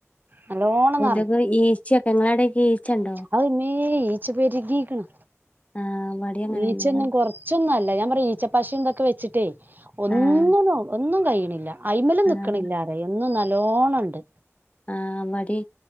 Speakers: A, on the right; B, on the left.
A: നല്ലോണം
B: കൊതുക് ഈച്ചയൊക്കെ ഇങ്ങളവടെയെക്കെ ഈച്ച ഉണ്ടോ
A: ആവുമ്മേ ഈച്ച പെരുകിക്ക്ണ്
B: ആഹ് ഇവടേം അങ്ങനെന്നെ
A: ഈച്ച ഒന്നും കൊറ കൊറച്ചൊന്നുംല്ല ഞാൻ പറയാ ഈച്ചപ്പശം ഇന്തൊക്കെ വെച്ചിട്ടേ ഒന്നും
B: ആഹ്
A: ഒന്നും കഴിയണില്ല ഐമ്മലൊന്നിക്കണില്ലാറയാ
B: ആഹ്
A: എന്നും നല്ലോണണ്ട്
B: ആ മടി